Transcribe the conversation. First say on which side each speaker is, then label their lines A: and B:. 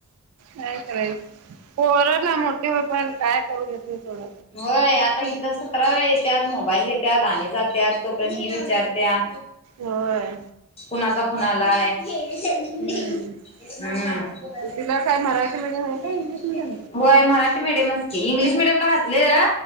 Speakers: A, on the right; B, on the left.
A: काय करायला पोराला मोटे होय पण काय करू देत नाही थोडं
B: होय आता इथ सतरा वेळ येतात मोबाईल घेत्याात आणि जात्या तोपर्यंत मी विचारत्या
A: होय.
B: कुणाचा फोन आलाय <unintelligible>
A: हम्म तिला काय मराठी मीडियम आहे का इंग्लिश मीडियम?
B: होय मराठी मिीडियमच की इंग्लिश मिीडियम ला घातले र.